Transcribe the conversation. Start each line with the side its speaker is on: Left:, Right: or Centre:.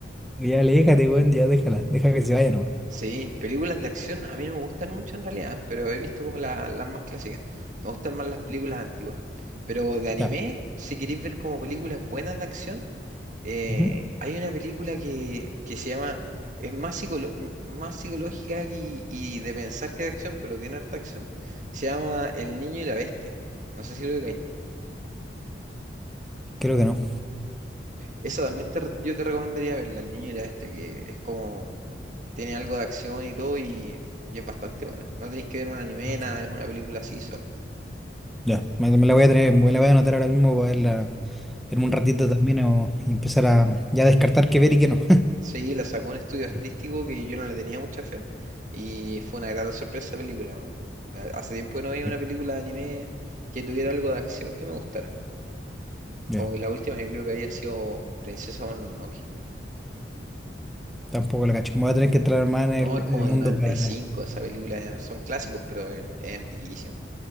Centre: ya aléjate, weón, ya déjala, deja que se vaya nomás.
Right: Sí, películas de acción a mí no me gustan mucho en realidad, pero he visto como la- las más clásicas. Me gustan más las películas antiguas. Pero de anime,
Centre: Ya.
Right: si queréis ver como películas buenas de acción, eh,
Centre: Ujú.
Right: hay una película que, que se llama, es más, psicolo- m- más psicológica y, y de pensar que de acción, pero tiene harta acción. Se llama El Niño y la Bestia. No sé si lo veis.
Centre: Creo que no.
Right: Esa también te re- yo te recomendaría verla, El Niño y la Bestia, que es como tiene algo de acción y todo y, y es bastante buena. No tenéis que ver un anime,
Centre: Perfecto.
Right: nada, es una película así sola.
Centre: Ya, me, me la voy a tener, me la voy a anotar ahora mismo para verla en
Right: El-
Centre: un ratito también o, y empezar a ya descartar qué ver y qué no.
Right: Sí, la sacó un estudio artístico
Centre: <laughs> Sí,
Right: que yo no le tenía mucha fe y fue una grata sorpresa esa película. weón. La- Hace tiempo que no veía
Centre: sí.
Right: una película de anime que tuviera algo de acción que me gustara.
Centre: Ya,
Right: Como que la última yo creo que había sido Princesa Mononoke.
Centre: tampoco la cacho. Me voy a tener que entrar más en
Right: No,
Centre: el,
Right: es como
Centre: en el mundo
Right: del noventa
Centre: para.
Right: y cinco esa película, eh, son clásicos, pero es, es antiquísima.